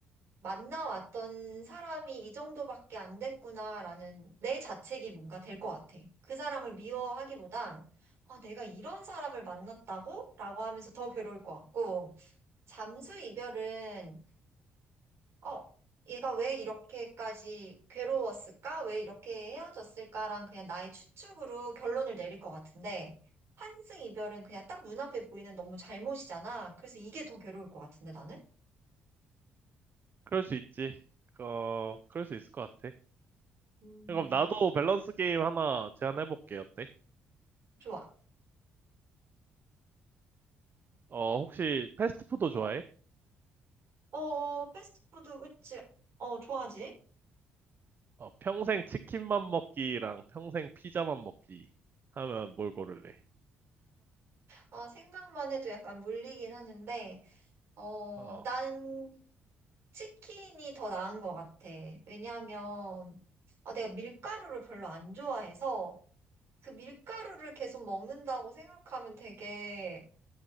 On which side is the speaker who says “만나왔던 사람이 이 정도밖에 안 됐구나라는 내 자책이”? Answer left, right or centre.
Right